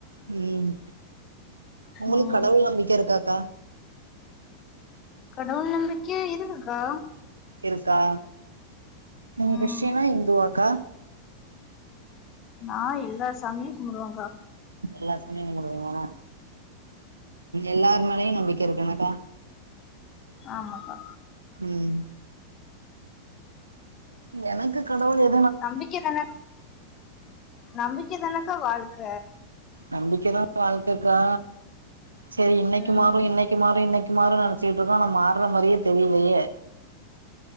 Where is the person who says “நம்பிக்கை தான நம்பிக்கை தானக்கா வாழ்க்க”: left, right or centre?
Left